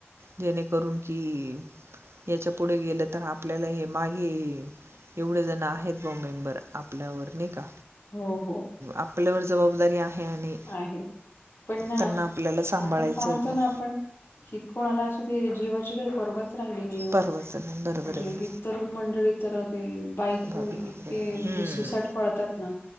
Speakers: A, on the right (about 85°); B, on the left (about 60°).
A: जेणेकरून की याच्या पुढे गेलं, तर आपल्याला हे मागे, एवढे जण आहे <unintelligible> आपल्यावर नाही? का
B: हो, हो.
A: आपल्यावर जबाबदारी आहे. आणि
B: आहे. पण ना
A: त्यांना आपल्याला सांभाळायचं
B: आता पाहतो
A: आहे बुवा.
B: ना, आपण कि कोणाला ती जीवाची काय पर्वा राहिली नाही ओ,
A: परवाच नाही बरोबर
B: म्हणजे
A: आहे ना.
B: हे तरुण मंडळी तर ते बाईक
A: बापरे,
B: घेऊन
A: बापरे!
B: इतके
A: हं.
B: ते सुसाट पळतात ना,